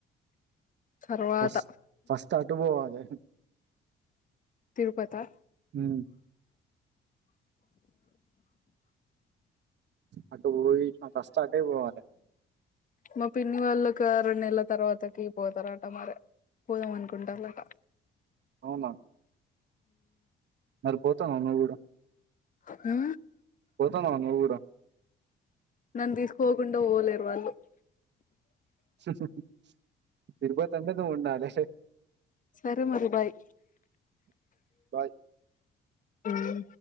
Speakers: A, on the left; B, on the right.
A: తర్వాత
B: ఫస్ ఫస్ట్ అటు పోవాలి.
A: తిరుపతా
B: మ్ అటు పోయి ఫస్ట్ అటే పోవాలి.
A: మా పిన్ని వాళ్ళకి రెండు నెలల తర్వాతకి పోతారట మరి. పోదాం అనుకుంటాందట.
B: అవునా మరిపోతాన్నావు నువ్వు కూడా
A: అ హ్ ఆ
B: పోతాన్నావా నువ్వు కూడా
A: నన్ను తీసుకపోకుండా పోలేరు వాళ్ళు
B: హ్ హి హి ఇరువత్ అంటే గ ఉన్నాలే సే
A: సరే మరి బాయ్.
B: బాయ్
A: మ్